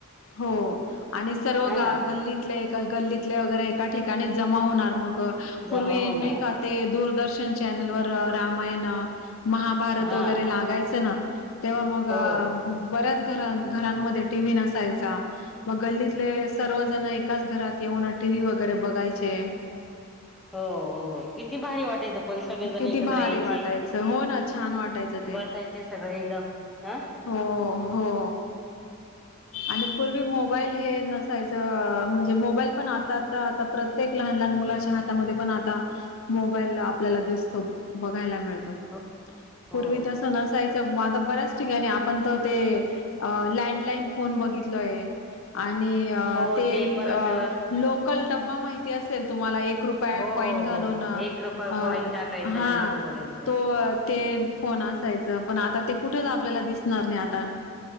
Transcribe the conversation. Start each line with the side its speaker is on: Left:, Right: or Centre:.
Left: हो आणि सर्व
Centre: है
Left: गा
Centre: ना
Left: गल्लीतले एका गल्लीत तल्या वगैरे एका ठिकाणी जमा होणार, मग पूर्वी
Centre: जमा होणार
Left: नाही का ते दूरदर्शन चॅनेल वर रामायण, महाभारत
Centre: हा
Left: वगैरे लागायचं ना तेव्हा मग
Centre: हो
Left: बऱ्याच घर घरांमध्ये टी व्ही नसायचा. मग गल्लीतले सर्व जण एकाच घरात येऊन टी व्ही व गैरे बघायचे.
Centre: हो हो किती भारी वाटायचं पण सगळेजण
Left: किती
Centre: एकत्र
Left: भारी
Centre: यायचे
Left: वाटायचं? ! हो ना, छान वाटायचं ते.
Centre: बसायचे सगळे एकदम हा
Left: हो हो. आणि पूर्वी मोबाईल हे नसायचं म्हणजे मोबाईल पण आता आता प्रत्येक लहान लहान लहान मुलाच्या हातामध्ये पण आता मोबाईल आपल्याला दिसतो, बघायला मिळ तो
Centre: हो हो
Left: पूर्वी तस नसायचं. म आता बऱ्याच ठिकाणी आपण तर ते लँडलाइन फोन बघितलंय, आणि आणि
Centre: हो
Left: ते
Centre: परत
Left: लोकल डबा माहिती असेल तुम्हाला एक रुपया
Centre: हो
Left: कॉइन
Centre: हो
Left: घालून
Centre: हो
Left: अ
Centre: एक रुपया कॉइन टाकायचं
Left: हा
Centre: नंतर बोलायचं
Left: तो ते फोन असायचं पण आता ते कुठेच आपल्याला दिसणार नाही आता.